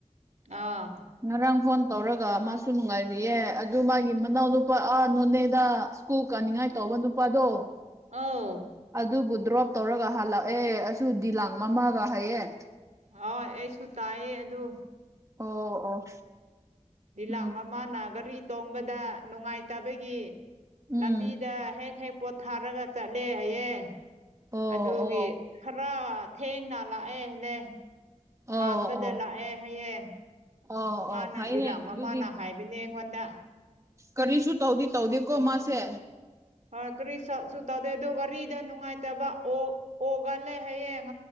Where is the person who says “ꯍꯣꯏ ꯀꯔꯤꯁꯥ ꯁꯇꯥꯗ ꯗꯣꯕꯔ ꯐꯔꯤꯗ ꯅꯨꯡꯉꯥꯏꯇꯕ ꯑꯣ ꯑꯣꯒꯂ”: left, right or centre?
Right